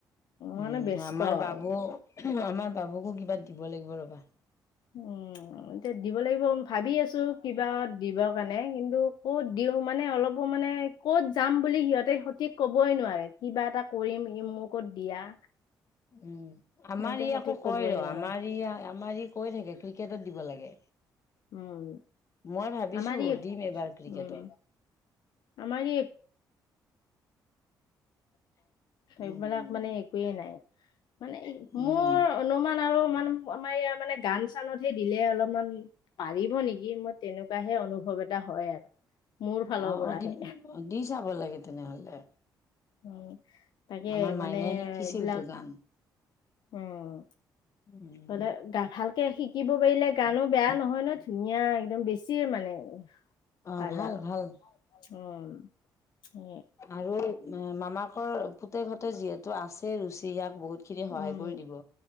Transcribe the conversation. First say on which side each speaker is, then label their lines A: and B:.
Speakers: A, on the left; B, on the left.
A: মানে
B: উম
A: ব্যস্ত
B: আমাৰ বাবু
A: আৰু
B: আমাৰ বাবুকো কিবা দিব লাগিব ৰবা
A: উম এতিয়া দিব লাগিব ভাবি আছো কিবা দিবৰ কাৰণে কিন্তু ক'ত দিওঁ মানে অলপো মানে ক'ত যাম বুলি সিহঁতে সঠিক ক'বই নোৱাৰে কিবা এটা কৰিম ই মোক কত দিয়া৷
B: উম আমাৰ
A: মানে
B: ই
A: সঠিক
B: আকৌ কয়
A: কবই
B: ৰ
A: নোৱাৰে
B: আমাৰ ই আমাৰ ই কৈ থাকে কি ক্ৰিকেটত দিব লাগে
A: উম
B: মই ভাবিছো
A: আমাৰ ই
B: দিম এবাৰ ক্ৰিকেটত
A: উম আমাৰ সেইবিলাক
B: উম,
A: মানে একোৱে নাই মানে
B: উম,
A: মোৰ অনুমান আৰু অলমান আমাৰ ইয়াৰ মানে গান চানতহে দিলে অলপমান পাৰিব নেকি মই তেনেকুৱা হে অনুভৱ ভব এটা হয় আৰু মোৰ ফালৰ
B: অহ
A: পৰাহে
B: অ দি-দি চাব লাগে তেনেহলে৷
A: উ তাকে
B: আমাৰ মাইনাই
A: মানে
B: শিকিছিলতো
A: এইবিলাক
B: গান।
A: উম
B: উম,
A: হলে গা ভাল তাকে শিকিব পাৰিলে গানো বেয়া নহয় ন ধুনীয়া একদম বেছিয়ে মানে৷
B: অ
A: ভাল
B: ভাল-ভাল
A: আৰু উম উ
B: আৰু মামাকৰ পুতেক হঁতে যিহেতু আছে ৰুচি ইয়াক বহুতখিনি সহায়
A: উম
B: কৰি দিব।